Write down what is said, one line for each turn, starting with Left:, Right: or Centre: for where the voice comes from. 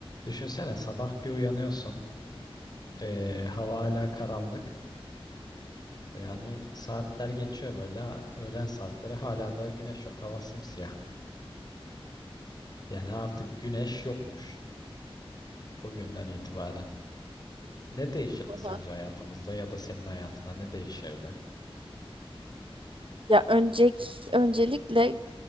Left: Düşünsene sabah bir uyanıyorsun. eee, hava hala karanlık. Yani saatler geçiyor böyle. Öğlen saatleri hala da güneş yok. Hava simsiyah. Yani artık güneş yokmuş bugünden itibaren. Ne değişirdi
Right: Oha.
Left: sence hayatımızda ya da senin hayatına ne değişirdi?
Right: Ya önceki öncelikle